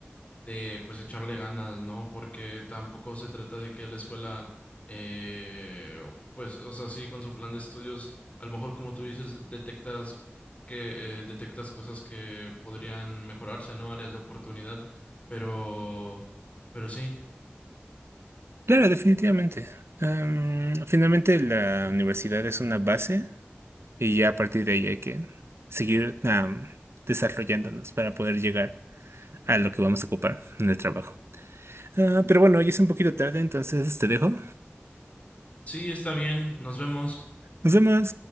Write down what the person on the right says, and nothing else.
Claro, definitivamente. Am, finalmente la universidad es una base y ya a partir de ahí hay que seguir am, desarrollándonos para poder llegar a lo que vamos a ocupar en el trabajo. Ah, pero bueno, ya es un poquito tarde, entonces te dejo.
Nos vemos.